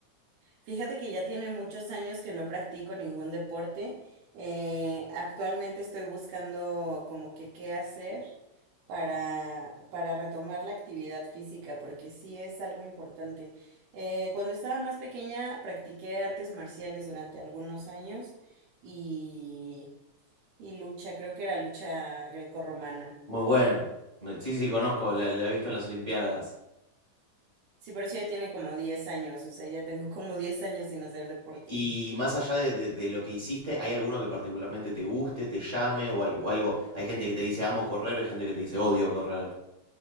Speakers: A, on the right; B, on the right.
A: Fíjate que ya tiene muchos años que no practico ningún deporte. Eh, actualmente estoy buscando como que qué hacer para, para retomar la actividad física, porque sí es algo importante. Eh, cuando estaba más pequeña practiqué artes marciales durante algunos años y, y lucha, creo que era lucha grecorromana.
B: Muy bueno. Me- Sí, sí, conozco, la, la he visto en las Olimpiadas.
A: Sí, pero eso ya tiene como diez años, o sea, ya tengo como 10 años sin hacer deporte.
B: Y más allá de, de- de lo que hiciste, ¿hay alguno que particularmente te guste, te llame o algo, o algo? Hay gente que te dice amo correr, hay gente que te dice odio correr.